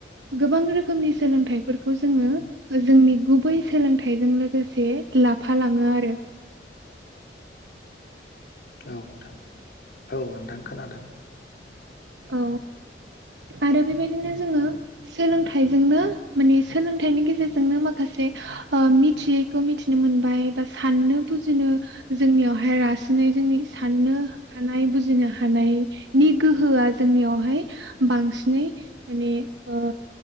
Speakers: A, on the right (about 80°); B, on the left (about 65°).
A: गोबां रोखोमनि सोलोंथाइफोरखौ जोंङो ओजों जोंनि गुबै सोलोंथाइजों लोगोसे लाफालाङो आरो।
B: औ नोंथां औ नोंथां खोनादों?
A: औ आरो बेबायदिनो जोङो सोलोंथाइजोंनो माने सोलोंथाइनि गेजेरजोंनो माखासे ओ मिथियैखौ मिथिनो मोनबाय बा साननो बुजिनो जोंनियावहाय रासिनै जोंनि साननो हानाय बुजिनो हानायनि गोहो होआ जोंनियावहाय बांसिनै माने ओ